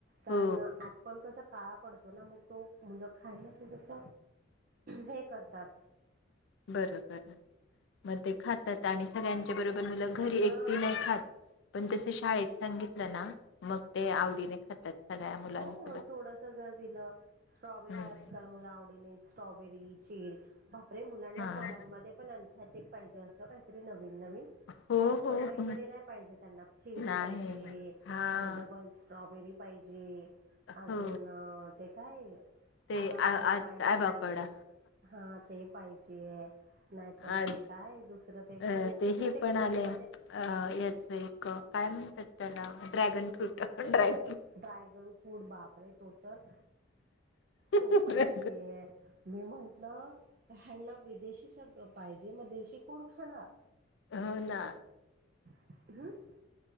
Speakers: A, on the right; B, on the left.
A: कारण
B: हो
A: अँपल कस काळा पडतो ना मग तो मुलं खायला थोडस हे करतात
B: बरबर म ते खातात आणि सगळ्यांच्या बरोबर मुलं घरी
A: आज हा
B: एकटी नाही खात. पण तसं शाळेत सांगितलं ना मग ते आवडीने खातात. सगळ्या मुलांसोबत.
A: हो थोडस जर दिलं स्ट्रॉबेरी
B: हम्म
A: या तर मुल आवडीने स्ट्रॉबेरी, चेरी बापरे मुलांना
B: हा
A: फळांमध्ये पण अन्थेटिक पाहिजे असतं काहीतरी नवीन नवीन.
B: हो
A: ते अँप्पल
B: हो
A: वगैरे
B: हो
A: नाही पाहिजे त्यांना चेरी
B: नाही.
A: पाहिजे
B: हा
A: डबल स्ट्रॉबेरी पाहिजे अजून
B: हो
A: ते काय
B: ते
A: आवाकोडा
B: आ आज
A: पाहिजे,
B: काय बाकोडा
A: हा ते पाहिजे. नाहीतर
B: आज
A: ते काय दुसरं ते
B: अ
A: फ्रुट कुठलं
B: हे
A: ते
B: पण
A: ग्रीनमध्ये
B: आले अ याच एक काय म्हणतात त्याला dragon fruit drag
A: dragon fruit बापरे तो तर तो
B: फ्रूट
A: पाहिजे मी म्हंटलं यांना विदेशी सगळं पाहिजे मग देशी कोण खाणार?
B: हो ना.
A: <inaudible>